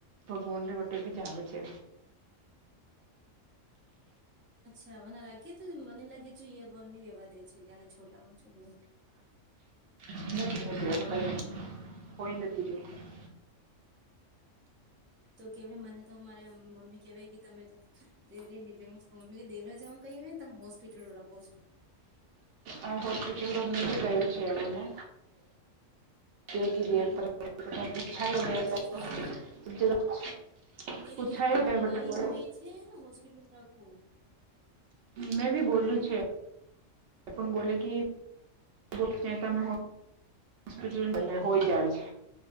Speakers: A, on the right; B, on the right.
A: ભગવાનને <unintelligible> બી જાવે છે
B: અચ્છા વને રાખીએ તો મને લાગે છે એ બોન ને રેવા દે છે જેને છોટામાં છો લું
A: નથી નથી એનું કઈ નતી કોઈ નથી રયુ
B: તો કેવી મને તો મારે આમ મમ્મી કહેવાય કે તમે તો દેવરી લીજા છો ને દેવ રાજા કહી ને તમે હોસ્પિટલની રાખો છો
A: આ હોસ્પિટલ તો અમે કઈ છે એણને <inaudible>
B: મે દેવી દેવતા દેવી
A: પૂછાયું
B: દેવતા નું
A: બટ
B: કહી
A: બોલે
B: ને બે છેને હોસ્પિટલ પોચવું
A: મેં બી બોલું છે પણ બોલે કે <inaudible> તમે હોસ્પિટલ ને હોય જાય છે